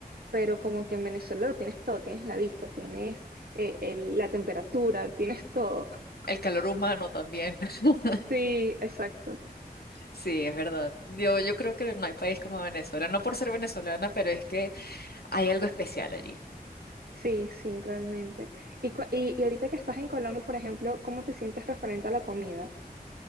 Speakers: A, on the right; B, on the left.
A: Pero como que en Venezuela lo tienes todo, tienes la vista, tienes eh, el- la temperatura, tienes todo. <laughs>
B: el calor humano también. <laughs>
A: Sí, exacto.
B: Sí, es verdad. Yo, yo creo que no hay país como Venezuela, no por ser venezolana, pero es que hay algo especial allí.
A: Sí, sí, realmente. Y, cu- y, y ahorita que estás en Colombia, por ejemplo, ¿cómo te sientes referente a la comida?